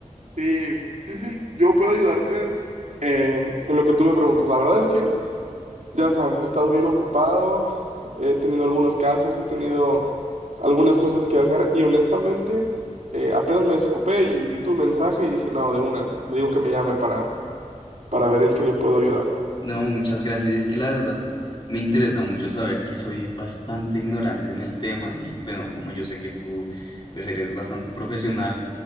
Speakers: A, on the right; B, on the left.
A: Sí, sí, sí, yo puedo ayudarte eh, en lo que tú me preguntas. La verdad es que, ya sabes, he estado bien ocupado, he tenido algunos casos, he tenido algunas cosas que hacer y honestamente eh, apenas me desocupé y vi tu mensaje y dije, no, de una, le digo que me llame para, para ver en qué le puedo ayudar.
B: No, muchas gracias. Es que la verdad me interesa mucho saber y soy bastante ignorante en el tema. Y bueno, como yo sé que tú pues eres bastante profesional,